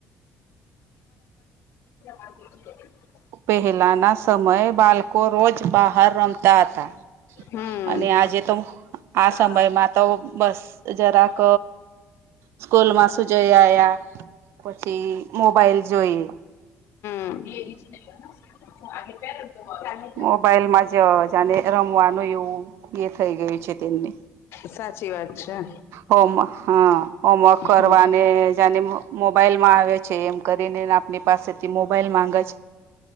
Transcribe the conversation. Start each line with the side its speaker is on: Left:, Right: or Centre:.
Left: <unintelligible>
Right: પહેલાના સમયે બાલકો રોજ બહાર રમતા હતા.
Left: હમ
Right: અને આજે તો આ
Left: હા
Right: સમયમાં તો બ સ જરાક સ્કૂલમાં શું જઈ આયા. પછી મોબાઈલ જોઈ.
Left: <unintelligible> <unintelligible>
Right: મોબાઈલમાં જ જાને રમવાનું એવું એ થઈ ગયું છે. તેમને,
Left: સાચી વાત છે.
Right: હોમ હા હોમવર્ક કરવાને
Left: હમ
Right: જાને મોબાઈલ માં આવે છે. એમ કરીને આપની પાસેથી મોબાઈલ માંગ છે.